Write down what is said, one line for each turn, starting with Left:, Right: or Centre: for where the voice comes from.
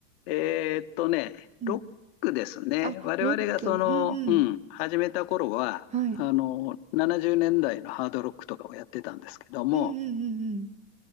Left: えーっとね、
Right: うん。
Left: ロックですね。
Right: あ、
Left: 我々がその、
Right: ロック。うんうん。
Left: うん、始めた頃は、
Right: はい。
Left: あの、70年代のハードロックとかをやってたんですけども、
Right: うんうんうん